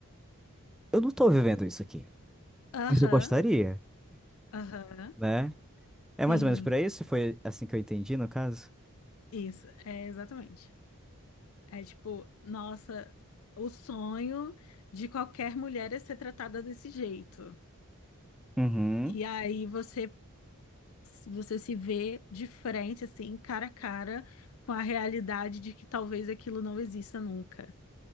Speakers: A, in the centre; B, on the left.
A: eu não tô vivendo isso aqui.
B: Aham.
A: Mas eu gostaria,
B: Aham.
A: né? É
B: Sim.
A: mais ou menos por aí? Se foi assim que eu entendi, no caso?
B: Isso. É exatamente. É tipo, nossa, o sonho de qualquer mulher é ser tratada desse jeito.
A: Uhum,
B: E aí você você se vê de frente assim, cara a cara com a realidade de que talvez aquilo não exista nunca.